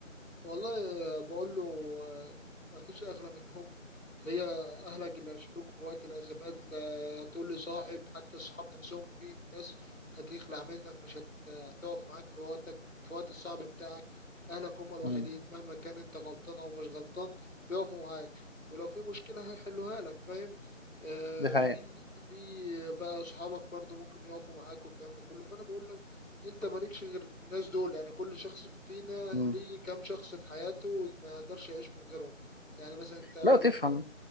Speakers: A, on the left (about 80°); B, on the left (about 45°).
A: والله بقول له آه، مفيش أغلى منهم هي أهلك اللي هيشيلوك في وقت الأزمات لا تقول لي صاحب حتى الصحاب نفسهم في ناس هتخلع منك مش هت- هتقف معاك في وقتك في وقت الصعب بتاعك أهلك هم الوحيدين
B: مم.
A: مهما كان أنت غلطان أو مش غلطان بيقفوا معاك ولو في مشكلة هيحلوها لك فاهم آه
B: دي حقيقة
A: في في بقى صحابك برضو ممكن يقفوا معاك والكلام ده كله فأنا بقول له انت مالكش غير الناس دول يعني كل شخص فينا
B: مم.
A: ليه كام شخص في حياته ما يقدرش يعيش من غيرهم يعني مثلا انت
B: لا تفهم
A: ليك و...